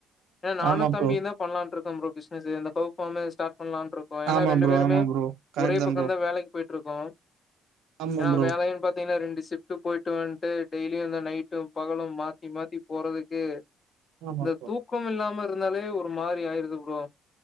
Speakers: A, on the left; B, on the right.
A: ஏ நானும்
B: ஆமா
A: தம்பி
B: ப்ரோ
A: தான் பண்ணலாண்டுருக் ஆம் ப்ரோ பிஸ்னஸ்ஸு <unintelligible> ஸ்ட் பண்லானு இரு ஒ ஏன்னா
B: ஆமா
A: ரெண்டு
B: ப்ரோ
A: பேருமே
B: ஆமா ப்ரோ கரெக்ட்
A: ஒரே
B: தா
A: பக்கம்
B: ப்ரோ
A: தான் வேலைக்கு போயிட்டு டிருக்கோம்
B: ஆமா
A: ஏன்னா
B: ப்ரோ
A: வேலைன்னு பாத்தீங்கன்னா ரெண்டு ஷிஃப்ட்டு போயிட்டுவன்ட்டு டெய்லியும் இந்த நைட்டும் பகலும் மாத்தி மாத்தி போறதுக்கு
B: ஆமா
A: இந்த
B: ப்ரோ
A: தூக்கம் இல்லாமல் இருந்தாலே ஒரு மாறி ஆயிருது ப்ரோ